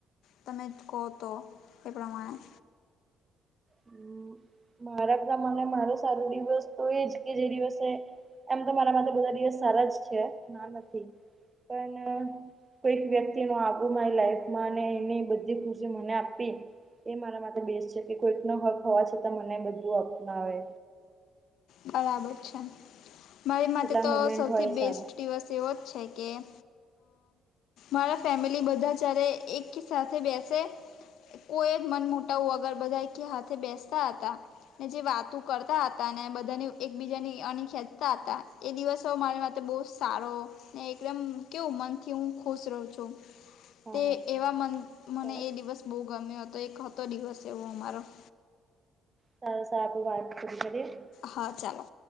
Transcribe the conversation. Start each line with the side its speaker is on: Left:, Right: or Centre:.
Left: તમે જ કહો તો એ પ્રમાણે
Right: હ મારા ઘરે મને મારો સારો દિવસ તો એજ કે જે દિવસે એમ તો મારા માટે બધા દિવસ સારા જ છે. હ, નથી. પણ કોઈક વ્યક્તિનો આવું મારી લાઈફમાં એની બધી ખુશી મને આપી. એ મારા માટે બેસ્ટ છે કે કોઈક ન હક હોવા છતાં મને બધું અપનાવે
Left: બરાબર છે મારી માટે
Right: કેટલા
Left: તો
Right: મુમેન્ટ
Left: સૌથી
Right: હોય
Left: બેસ્ટ
Right: સારા
Left: દિવસ એવો જ છે કે- મારા ફેમિલી બધા જ્યારે એક સાથે બેસે- કોઈ જ મન મોટાવું વગર બધા કે હાથે બેસતા હતા ને જે વાતો- કરતા હતા ને બધા બધાને એકબીજાની અણી ખેંચતા હતા એ દિવસો મારી માટે બહુ સારો- ને એકદમ કેવું મનથી હું ખુશ રહું છું.
Right: હા
Left: તે
Right: હા
Left: એવા મન મને
Right: સારું
Left: એ દિવસ બહુ ગમ્યો હતો એ હતો દિવસ એવો અમારો-
Right: બવ સાચી વાત કરી તમે-
Left: હા ચાલો